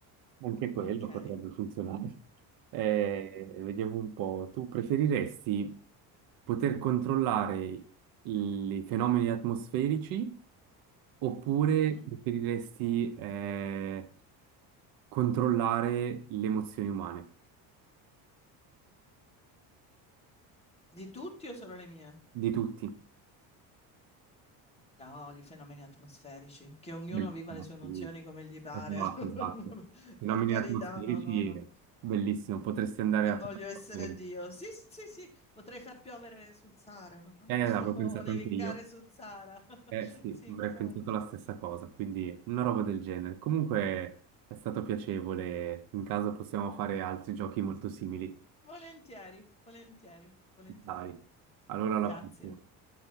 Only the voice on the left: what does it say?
Okay.
Mh.
Di tutti o solo le mie?
No, i fenomeni atmosferici, che ognuno
viva le sue emozioni
come gli pare.
<laughs>
Per carità,
no, no, no.
Non
voglio essere
Dio. Sì, sì, sì, potrei far piovere sul Sahara, no,
<laughs>
o nevicare
sul Sahara. <laughs>
Sì,
infatti.
Volentieri, volentieri, volentieri.
Grazie.